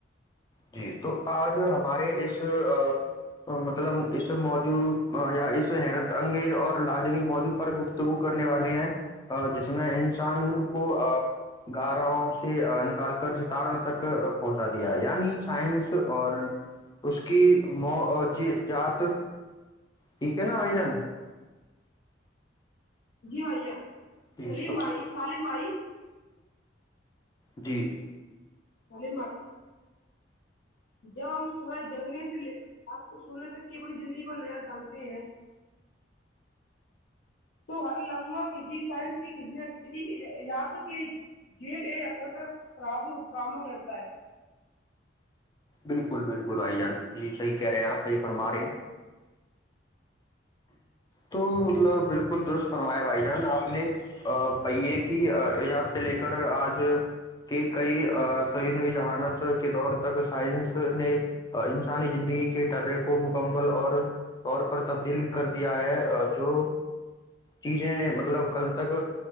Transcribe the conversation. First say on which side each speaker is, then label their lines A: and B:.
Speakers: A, on the left; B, on the left.
A: جی تو آج ہمارے اس مطلب اس موضوع یا اس حیرت انگیز اور لازمی موضوع پر گفتگو کرنے والے ہیں جس میں انسان کو گارہ سے نکال کر ستاروں تک پہنچا دیا ہے یعنی سائنس اور اس کی معجزات ٹھیک ہے نا بھائی جان
B: جی بھائی جان
A: ٹھیک
B: سلیم
A: تو
B: بھائی سالم بھائی
A: جی
B: کالم ب جب ہم صبح جگنے سے لیے بات کو سننے تک کہ اپنی زندگی پر نظر ڈالتے ہیں تو ہر لمحا کسی سائنس ک نے ا یاد کے جیڈ اے اثر پر پرام کرتا ہے
A: بالکل بالکل آائی جان جی صحی کہہ رہے ہیں آپ صحی فرما رہے ہیں تو مطلب بالکل درست فرمایا بھائی جان آپ نے پیے کی ایجاز سے لے کر آج کے کئی سعین جذہانت کے دور تک سائنس نے انسانی زندگی کے ڈرے کو مکمل اور طور پر تبدیل کر دیا ہے جو چیزیں مطلب کل تک